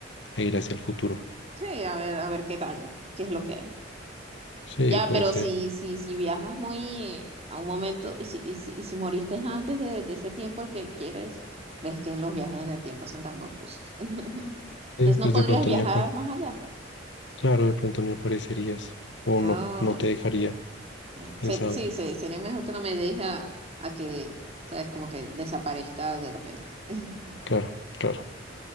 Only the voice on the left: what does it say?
a ir hacia el futuro.
Sí,
puede
ser.
Sí,
pues
de pronto
ni, apa-
claro, de pronto ni aparecerías o
no, no te dejaría,
quién
sabe.
Claro, claro.